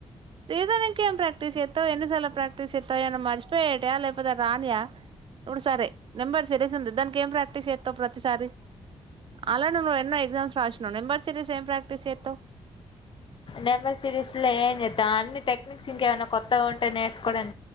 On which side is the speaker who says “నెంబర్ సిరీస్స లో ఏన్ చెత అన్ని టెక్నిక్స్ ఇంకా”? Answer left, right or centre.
Left